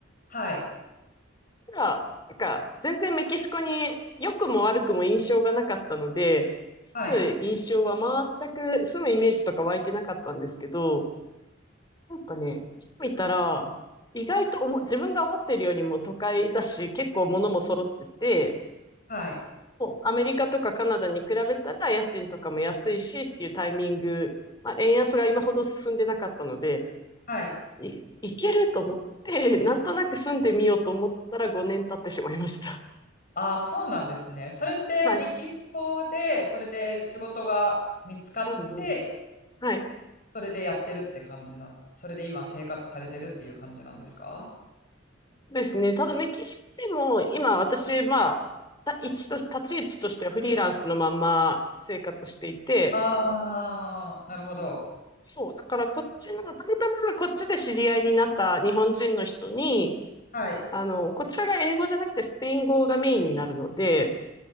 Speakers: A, on the left; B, on the left.
A: はい。
B: ただ、なんか、全然メキシコに良くも悪くも印象がなかったので、
A: はい。
B: 住む印象は全く、住むイメージとか湧いてなかったんですけど、なんかね、来てみたら、意外とおも自分が思ってるよりも都会だし、結構物も揃ってて、
A: はい。
B: アメリカとかカナダに比べたら家賃とかも安いしっていうタイミング、まあ、円安が今ほど進んでなかったので、
A: はい。
B: い、いけると思って、なんとなく住んでみようと思ったら5年経ってしまいました。
A: あー、そうなんですね。それってメキシコで、
B: はい。
A: それで仕事が見つかって、
B: うんうん。はい。
A: それでやってるって感じな、それで今生活されてるっていう感じなんですか
B: ですね。ただメキシコでも今私、まあ、た一と、立ち位置としてはフリーランスのまんま生活していて、
A: ああー、なるほど。
B: そう、だからこっちの、たまたまこっちで知り合いになった日本人の人に、
A: はい。
B: あの、こちらが英語じゃなくてスペイン語がメインになるので、